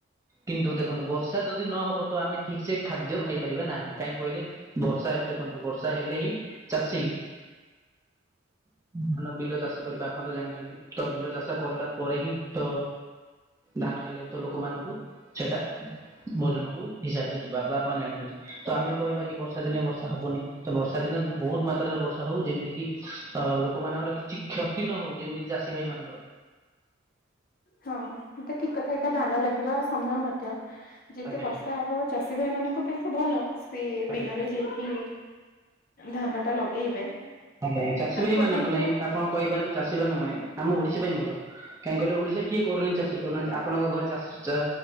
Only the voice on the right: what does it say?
କିନ୍ତୁ ଦେଖନ୍ତୁ ବର୍ଷା ଯଦି ନହବ ତ ଆମେ ଠିକ୍ ସେ ଖାଦ୍ୟ ଖାଇପାରିବା ନାହିଁ କାହିଁକି କହିଲେ ବର୍ଷା ଏବେ ଦେଖନ୍ତୁ ବର୍ଷା ହେଲେ ହିଁ ଚାଷୀ ଧାନ ବିଲ ଚାଷ କରିବା। ଆପଣ ତ ଜାଣିଛନ୍ତି ତ ବିଲ ଚାଷ କରିଲା ପରେ ହିଁ ତ ଧାନ ହେଲେ ତ ଲୋକମାନଙ୍କୁ ସେଇଟା ଭୋଜନ କୁ ହିସାବ ରେ ଯିବା ଆପଣ ଜାଣିଛନ୍ତି ତ ଆମେ କହିବା କି ବର୍ଷା ଦିନେ ବର୍ଷା ହବନି ତ ବର୍ଷା ଦିନେ ବହୁତ୍ ମାତ୍ରା ରେ ବର୍ଷା ହଉ ଯେମିତି କି ଲୋକମାନଙ୍କର କିଛି କ୍ଷତି ନ ହଉ ଯେମିତିକି ଚାଷୀ ଭାଇ ମାନଙ୍କର।
ଆଜ୍ଞା
ଆଜ୍ଞା
ଆଜ୍ଞା ଚାଷୀ
ଭାଇ ମାନଙ୍କ
ନାଇଁ
ଆପଣ କହିବା ଚାଷୀ ମାନଙ୍କ ପାଇଁ ଆମ ଓଡ଼ିଶା ପାଇଁ ଭଲ। କାଇଁ କହିଲେ ଓଡ଼ିଶା କିଏ କରୁନି ଚାଷୀ ଆପଣଙ୍କ ଘରେ ଚାଷ ଚା